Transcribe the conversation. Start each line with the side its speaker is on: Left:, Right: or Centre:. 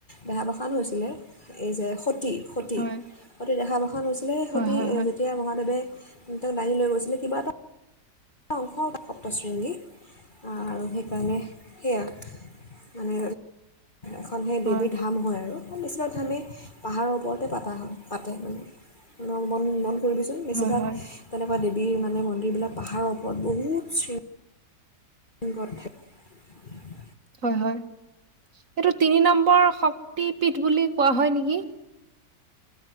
Left: দেহা বসান হৈছিলে এই যে সতী সতী
Right: হয়
Left: সতী দেহাৱসান হৈছিলে
Right: হয়
Left: সতী
Right: হয় হয়
Left: যেতিয়া মহাদেৱে তেওঁক দাঙি লৈ গৈছিলে কিবা এটা টা ওখ সপ্ত শ্ৰৃণী আৰু সেইকাৰণে সেয়া মানে এখন সেই দেবী
Right: হয়
Left: ধাম হয় আৰু বৈষ্ণৱ ধামি পাহাৰৰ ওপৰতে পাতা হয় পাতে মানে মান মন মন ফুৰিবিচোন বেছি
Right: হয়
Left: ভাগ
Right: হয়
Left: তেনেক কা দেৱী মানে মন্দিৰবিলাক পাহাৰত ওপৰত বহুত চে দূৰত থাকে
Right: হয় হয় এইটো তিনি নম্বৰ শক্তি পীঠ বুলি কোৱা হয় নেকি